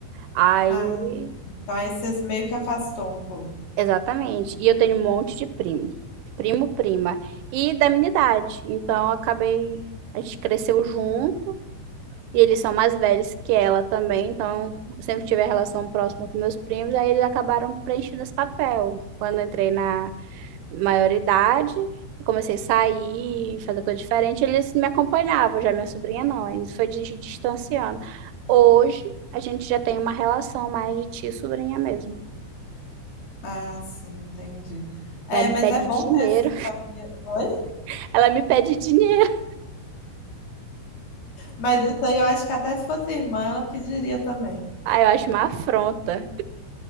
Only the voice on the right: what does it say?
Aí,
exatamente. E eu tenho um monte de primo. Primo, prima. E da minha idade. Então, eu acabei, a gente cresceu junto. E eles são mais velhos que ela também, então eu sempre tive a relação próxima com meus primos, aí eles acabaram preenchendo esse papel. Quando eu entrei na maioridade, comecei a sair, fazer coisa diferente, eles me acompanhavam, já minha sobrinha não, eles foi se distanciando. Hoje a gente já tem uma relação mais de tia e sobrinha mesmo.
Ela me
pede
dinheiro,
<laughs> ela me pede dinheiro.
Aí eu acho uma afronta.